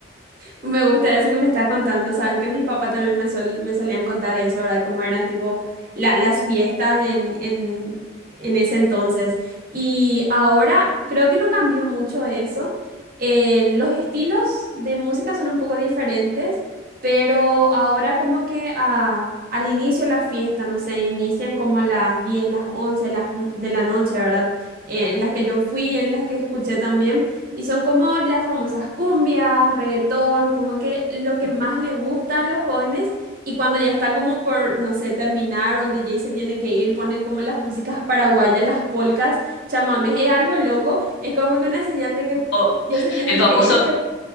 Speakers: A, on the right; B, on the left.
A: Me gusta eso que me estás contando, sabes que mis papás también me, sol- me solían contar eso, ¿verdad? Cómo eran tipo la- las fiestas en, en, en ese entonces. Y ahora creo que no cambió mucho eso. Eh, los estilos de música son un poco diferentes, pero ahora como que ah, al inicio de la fiesta, no sé, inician como a las 10, las 11, las, n- de la noche, ¿verdad? Eh, en las que yo fui, en las que escuché también. Y son como las famosas cumbias, reggaetón, como que lo que más le gusta a los jóvenes. Y cuando ya está como por, no sé, terminar o el DJ se tienen que ir, ponen como las músicas paraguayas, las polcas, chamamé, es algo loco. Es como que una señal de que
B: O
A: ya se tienen
B: el famoso,
A: que ir,